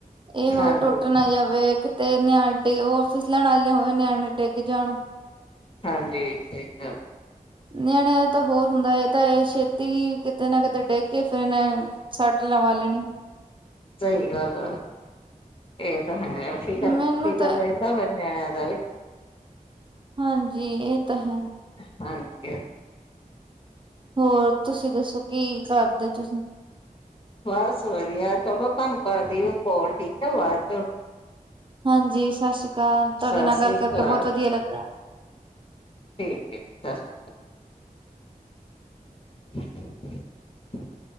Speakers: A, on the right; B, on the left.
A: ਏ ਹੋ
B: ਹਾਂਜੀ
A: ਟੁੱਟ ਨਾਂ ਜਾਵੇ ਕਿਤੇ ਨਿਆ-ਡੀ ਓ ਫਿਸਲਣ ਵਾਲੀ ਨਾਂ ਹੋਵੇ, ਨਿਆਣੇ ਨਾਂ ਡਿੱਗ ਜਾਣ।
B: ਹਾਂਜੀ, ਠੀਕ ਆ।
A: ਨਿਆਣਿਆਂ ਤਾਂ ਹੋਰ ਹੁੰਦਾ ਏ-ਏ ਤਾਂ ਏ ਛੇਤੀ ਕਿਤੇ ਨਾ ਕਿਤੇ ਡਿੱ ਕੇ ਫੇਰ <unintelligible> ਸੱਟ ਲਵਾ ਲੈਣੀ।
B: ਸਈ ਗੱਲ ਆ। ਏ ਤਾਂ ਹੈ ਫਿਕਰ-ਫਿਕਰ
A: ਮੈਨੂੰ ਤਾਂ
B: ਰੈਂਦਾ ਫੇਰ ਨਿਆਣਿਆਂ ਦਾ ਵੀ।
A: ਹਾਂਜੀ, ਏ ਤਾਂ ਹੈ।
B: <unintelligible>
A: ਹੋਰ, ਤੁਸੀਂ ਦੱਸੋ ਕੀ ਕਰਦੇ ਤੁਸੀਂ?
B: ਬਸ ਵਧੀਆ ਚਲੋ ਤੁਹਾਨੂੰ ਕਰਦੀ ਆ ਕੋਲ ਠੀਕ ਆ ਬਾਦ ਚ।
A: ਹਾਂਜੀ ਸਸ ਸ੍ਰੀ ਕਾਲ ਤੁਹਾਡੇ
B: ਸਤਿ
A: ਨਾਲ
B: ਸ੍ਰੀ
A: ਗੱਲ
B: ਅਕਾਲ
A: ਕਰਕੇ ਬੋਤ ਵਧੀਆ ਲੱਗਾ।
B: ਠੀਕ ਏ ਸਸ <unintelligible>